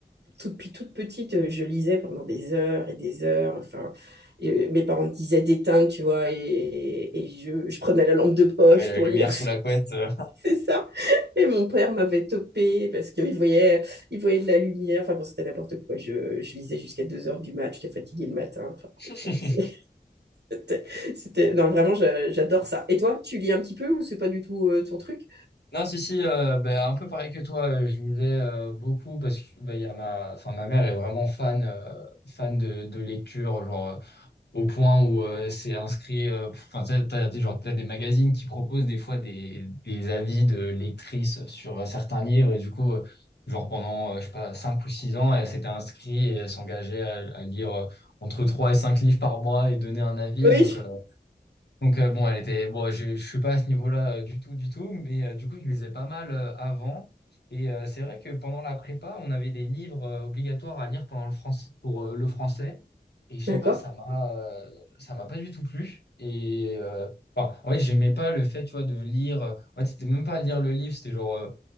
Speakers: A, on the right; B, on the left.
A: tout- depuis toute petite, euh, je lisais pendant des heures et des heures. Enfin, et, euh, mes parents me disaient d'éteindre, tu vois, et, et je, je prenais la lampe de poche
B: T'avais la
A: pour
B: lumière
A: lire.
B: sous la couette. euh.
A: C'est ça. Et mon père m'avait topé parce qu'il voyait, il voyait de la lumière. Enfin bon, c'était n'importe quoi. Je, je lisais jusqu'à 2 heures du match. J'étais fatiguée le matin. Enfin
B: <laughs>
A: bon, tu vois, c'est- <laughs> c'était, c'était- Non, vraiment, je- j'adore ça. Et toi, tu lis un petit peu ou c'est pas du tout euh, ton truc?
B: Non, si si, euh, ben, un peu pareil que toi, euh, je lisais euh, beaucoup parce que ben, il y a ma enfin ma mère est vraiment fan euh, fan de, de lecture, genre euh, au point où euh, c'est inscrit. euh, Enfin, t'as, t'as, t'as- genre, t'as des magazines qui proposent des fois des, des avis de lectrices sur euh, certains livres, et du coup, euh, genre pendant, euh, je sais pas, 5 ou 6 ans, elle s'était inscrite et elle s'engageait à, à lire euh, entre 3 et 5 livres par mois et donner un avis.
A: Oui.
B: Donc, euh, donc euh, bon, elle était bon, je je suis pas à ce niveau-là euh, du tout du tout, mais euh, du coup, je lisais pas mal euh, avant et euh, c'est vrai que pendant la prépa, on avait des livres euh, obligatoires à lire pendant le français pour euh, le français et je sais
A: D'accord.
B: pas, ça m'a euh, ça m'a pas du tout plu et euh, enfin, en fait, j'aimais pas le fait, tu vois, de lire euh, en fait, c'était même pas lire le livre, c'était genre euh,